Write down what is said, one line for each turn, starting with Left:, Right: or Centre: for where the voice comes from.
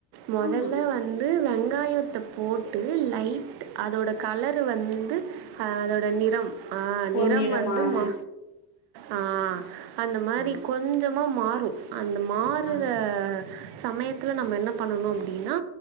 Right: மோதல்லா
Left: ஆ
Right: வந்து வந்து வெங்காயத்த போட்டு லைட் அதோட கலரு வந்து அ அதோட நிறம் ஆ
Left: பொன்னிறமான
Right: நிறம் வந்து போ ஆ அந்த மாரி
Left: ஆ
Right: கொஞ்சமா மாறும் அந்த மாறுற
Left: ஆ
Right: சமயத்துல நம்ம என்ன பண்ணணு அப்டின்னா